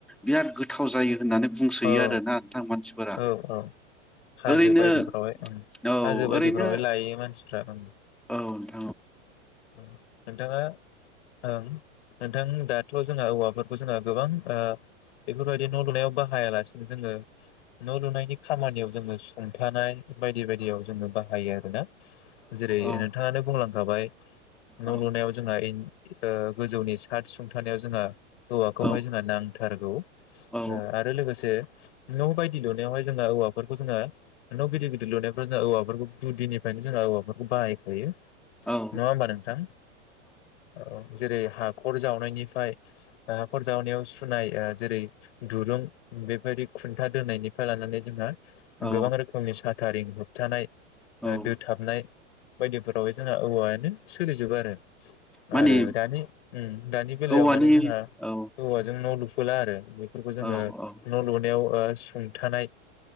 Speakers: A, in the centre; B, on the left.
A: बिराद गोथाव जायो। होननानै बुंसोयो
B: औ
A: आरो ना नोंथां मानसिफोरा
B: औ औ हाजो
A: ओरैनो
B: बायदिफ्रावहाय
A: औ
B: हाजो बायदिफ्रावहाय
A: ओरैनो
B: लायो मानसि फ्रा ओम।
A: औ नों
B: नोंथाङा ओ नोंथां दाथ' जोंहा औवाफोरखौ जोंहा गोबां बेफोरबायदि न' लुनायाव बाहायालासिनो जोङो न' लुनायनि खामानियाव जोङो सुंथानाय बायदि बायदियाव जोङो बाहायो आर ना जेरै
A: ओ
B: नोंथाङानो बुंलां खाबाय न'
A: औ
B: लुनायाव जोंहा इन ओ गोजौनि साथस सुंथानायाव जोंहा औवाखौहाय
A: औ
B: जोंहा नांथारगौ
A: औ
B: आरो लोगोसे न' बायदि लुनायावहाय जोंहा औवाफोरखौ जोंहा न' गिदिर गिदिर लुनायफ्रा जों औवाफोरखौ गुदिनिफ्रायनो जोंहा औवाफोरखौ बाहायखायो।
A: औ
B: नङा होमबा नोंथां? औ जेरै हाखर जावनायनिफ्राय हाखर जावनायाव सुनाय जेरै दुरुं बेबायदि खुन्था दोननायनिफ्राय लानानै जोंहा
A: औ
B: गोबां रोखोमनि साथ कारिं होबथानाय।
A: उम
B: दोथाबनाय बायदिफोराव <inaudible> औवायानो सोलिजोबो आरो
A: माने
B: आरो दानि ओम दानि बेलायाव
A: औवानि
B: माने जोंहा
A: औ
B: औवाजों न' <inaudible> आरो बेखौ जोङो
A: औ औ
B: न' लुनायाव ओ सुंथानाय